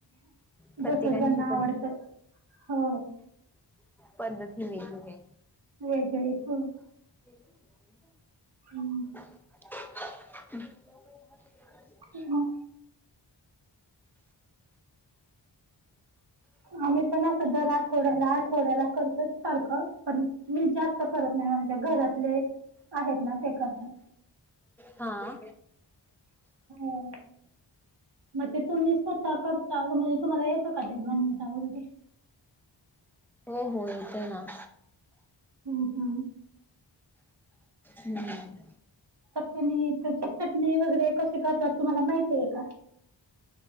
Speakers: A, in the centre; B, on the right (about 65°).
A: प्रत्येकांची
B: जस ज्यांना
A: पण
B: आवडत. हो
A: पद्धत ही वेगळीय
B: वेगळे हो
A: <unintelligible>
B: हम्
A: <unintelligible>
B: <unintelligible> आम्ही पण अस दर आठवड्याला आ थोड्याला करतेच सारखं, पण मी जास्त करत नाही म्हणजे घरातले आहेत. ना ते करतात.
A: हां
B: हो मग ते तुम्ही स्वतःता करता म्हणजे तुम्हाला येतं का ते बनवता वगैरे?
A: हो हो येतय ना.
B: हम् हम्
A: हम्म
B: चटणी, चटणी वगैरे कसे करतात तुम्हाला माहितीय का?